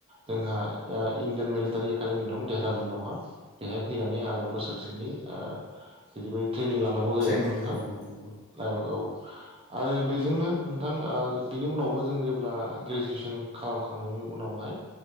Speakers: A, on the right; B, on the left.
A: जोंहा इण्डियान मिलिटारि एकाडेमि दं देरादुनावहा बेहाय फैनानै आरो बोसोरसेनि ओ बिदिबायदि ट्रेनिं लानांगौ
B: ट्रेनिं
A: जायो आरोना नोंथां
B: जाबावो नंगौ
A: औ आरो बेजोंनो नोंथां ओ बिनि उनावबो जों जेब्ला ग्रेजुवेसन खालामखांनायनि उनावहाय